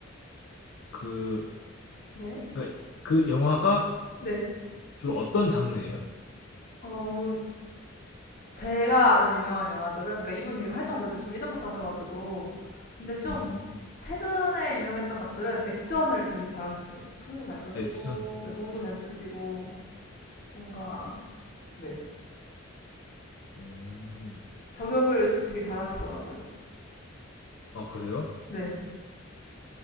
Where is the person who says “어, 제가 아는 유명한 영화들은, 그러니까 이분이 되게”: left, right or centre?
Left